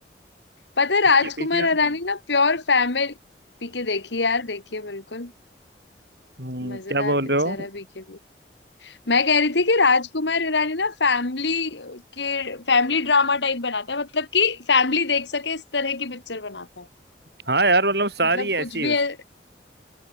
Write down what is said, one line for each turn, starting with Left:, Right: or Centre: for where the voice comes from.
Left: पता है राजकुमार
Right: पीके देखी
Left: हिरानी
Right: आपने
Left: ना प्योर फैमिली पीके देखिए यार देखिए बिल्कुल
Right: हम्म
Left: मजेदार
Right: क्या बोल
Left: पिक्चर
Right: रहे हो
Left: है पीके मैं कह रही थी कि राजकुमार हिरानी ना फैमिली के फैमिली ड्रामा टाइप बनाता है मतलब कि फैमिली देख सके इस तरह की पिक्चर बनाता है
Right: हाँ यार मतलब सारी
Left: मतलब
Right: ऐसी
Left: कुछ भी
Right: है
Left: है